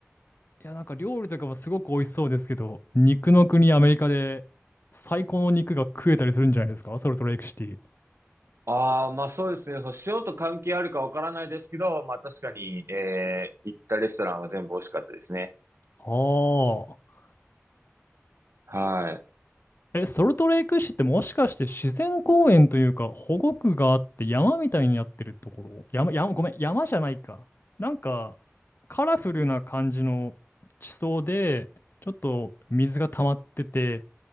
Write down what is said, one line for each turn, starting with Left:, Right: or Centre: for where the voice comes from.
Left: いや、なんか料理とかもすごく美味しそうですけど、肉の国アメリカで最高の肉が食えたりするんじゃないですか、ソルトレイクシティ。
Right: ああ、まあそうですね。そう、塩と関係あるかわからないですけど、まあ確かに、えー、行ったレストランは全部美味しかったですね。
Left: はあ。
Right: はい。
Left: え、ソルトレイク市ってもしかして自然公園というか保護区があって山みたいになってるところ山、山、ごめん、山じゃないか。なんかカラフルな感じの地層でちょっと水が溜まってて